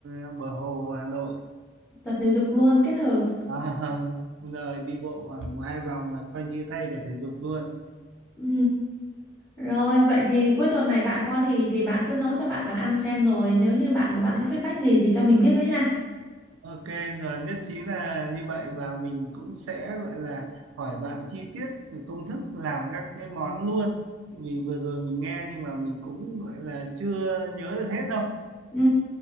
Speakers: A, on the right; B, in the centre.
A: ờ, bờ hồ Hà Nội.
B: tập thể dục luôn kết hợp.
A: À, <laughs> rồi đi bộ khoảng một hai vòng là coi như thay cả thể dục luôn.
B: Ừ. Rồi, vậy thì cuối tuần này bạn con thì thì bạn cứ nấu cho bạn bạn ăn xem rồi nếu như bạn của bạn có feedback gì thì cho mình biết với ha.
A: Ok, rồi nhất trí là như vậy và mình cũng sẽ gọi là hỏi bạn chi tiết về công thức làm các cái món luôn. Vì vừa rồi mình nghe nhưng mà mình cũng gọi là chưa nhớ được hết đâu.
B: Ừ.